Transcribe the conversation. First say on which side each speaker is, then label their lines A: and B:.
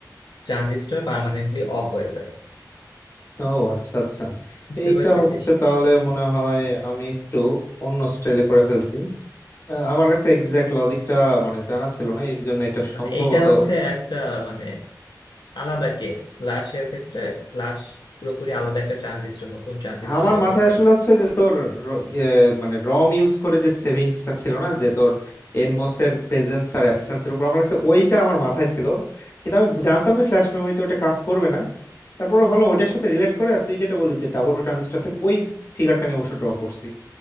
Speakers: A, on the left; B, on the left.
A: ট্রানজিস্টর পার্মানেন্টলি অফ হয়ে যায়
B: ও আচ্ছা আচ্ছা
A: বুঝতে
B: এইটা
A: পারতেছিস
B: হচ্ছে তাহলে মনে হয় আমি একটু অন্য স্টাইলে করে ফেলছি আহ, আমার কাছে এক্সাক্ট লজিকটা মানে জানা ছিল না এই জন্য এটা
A: মানে
B: সম্ভবত
A: এইটা হচ্ছে একটা মানে আলাদা কেস ফ্ল্যাশ এর ক্ষেত্রে ফ্ল্যাশ পুরোপুরি আলাদা একটা ট্রানজিস্টর নতুন ট্রানজিস্টর
B: আমার
A: ব্যবহার
B: মাথায়
A: করে
B: আসলে হচ্ছে যে তোর র- ইয়ে মানে রম ইউজ করে যে সেভিংসটা ছিল না যে তোর এনমোস এর প্রেজেন্স আর অ্যাবসেন্স এর উপর আমার কাছে ওইটা আমার মাথায় ছিল কিন্তু আমি জানতাম যে ফ্ল্যাশ মেমোরিতে ওটা কাজ করবে না তারপরে ভাবলাম ওইটার সাথে রিলেট করে আর তুই যেটা বলি যে ডাবল ট্রানজিস্টর থেকে ওই ফিগারটা আমি অবশ্য ড্র করছি